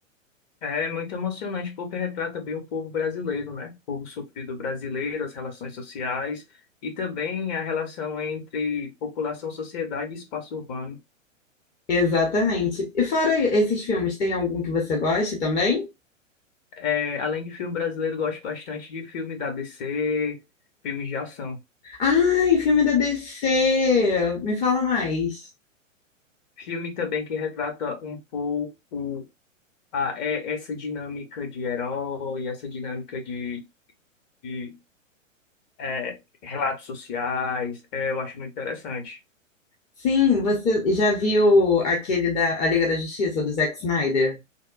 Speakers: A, on the left (about 35°); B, on the left (about 20°).
A: É muito emocionante porque retrata bem o povo brasileiro, né? O povo sofrido brasileiro, as relações sociais e também a relação entre população, sociedade e espaço urbano.
B: Exatamente. E fora esses filmes, tem algum que você goste também?
A: É, além de filme brasileiro, gosto bastante de filme da DC, filmes de ação.
B: Ai, filme da DC! Me fala mais.
A: Filme também que retrata um pouco a, é, essa dinâmica de herói, essa dinâmica de, de é, relatos sociais. É, eu acho muito interessante.
B: Sim, você já viu aquele da A Liga da Justiça, do Zack Snyder?